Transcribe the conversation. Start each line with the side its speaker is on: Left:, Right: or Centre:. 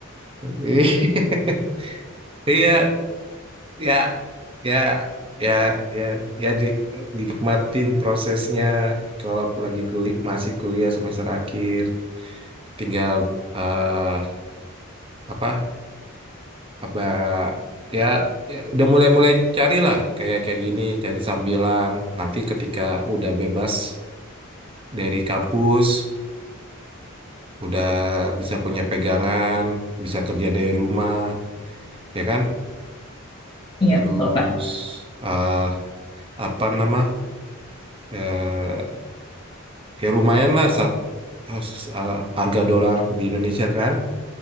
Right: <laughs> iya, ya ya ya ya ya di, dinikmatin prosesnya kalau aku lagi kuliah masih kuliah semester akhir tinggal eh apa apa ya, ya udah mulai-mulai carilah kayak kayak gini cari sambilan nanti ketika udah bebas dari kampus udah bisa punya pegangan bisa kerja dari rumah ya kan
Left: Iya
Right: terus
Left: betul Kak.
Right: eh apa nama ya ya lumayan lah satu oh, s- uh, harga dolar di Indonesia kan